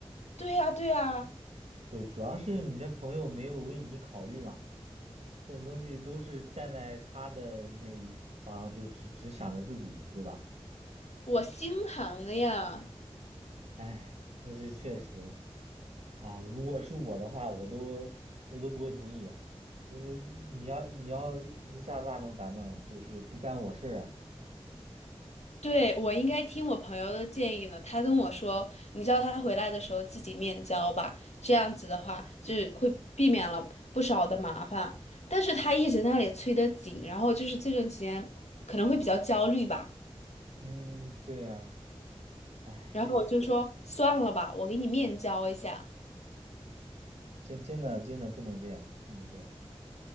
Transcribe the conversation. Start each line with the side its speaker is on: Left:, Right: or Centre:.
Left: 对呀，对呀。
Right: 对，主要是你那朋友没有为你考虑嘛。这种东西都是站在他的那一方，就只只想着自己，对吧？
Left: 我心寒了呀！
Right: 哎，那是确实啊。如果是我的话，我都我都不会同意啊。我你要你要你想咋弄咋弄，就是不干我事儿啊。
Left: 对，我应该听我朋友的建议呢。他跟我说，你叫他回来的时候自己面交吧，这样子的话就是会避免了不少的麻烦。但是他一直在那里催得紧，然后就是这段时间可能会比较焦虑吧。
Right: 嗯，对啊。哎，
Left: 然后我就说算了吧，
Right: 这
Left: 我给你面交一下。
Right: 真真的真的不能这样，不能这样。